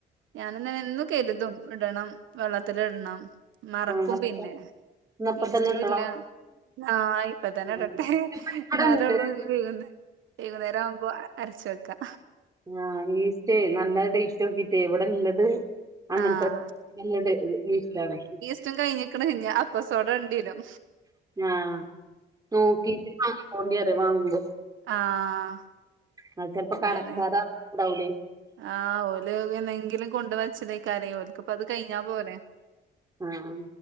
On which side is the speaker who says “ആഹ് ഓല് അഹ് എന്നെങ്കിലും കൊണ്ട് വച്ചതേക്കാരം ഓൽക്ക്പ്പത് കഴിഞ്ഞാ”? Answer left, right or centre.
Right